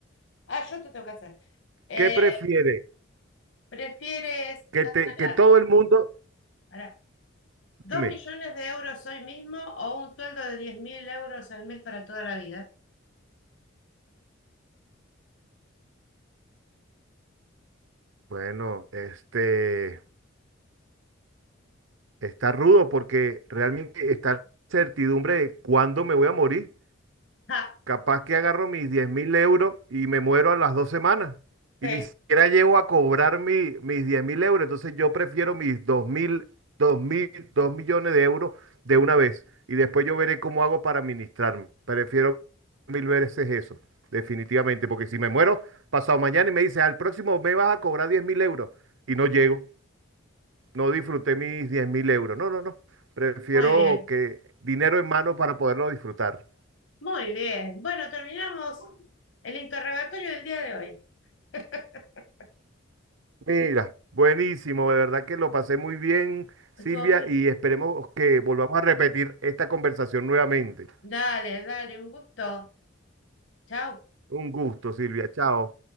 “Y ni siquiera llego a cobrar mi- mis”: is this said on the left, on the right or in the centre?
Right